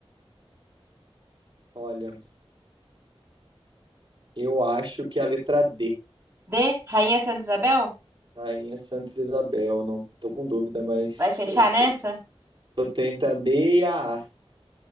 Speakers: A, on the right; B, on the right.
A: Olha, eu acho que a letra D.
B: D, Rainha Santa Isabel?
A: Rainha Santa Isabel. Não tô com dúvida, mas
B: Vai fechar
A: eu,
B: nessa?
A: eu tento a D e a A.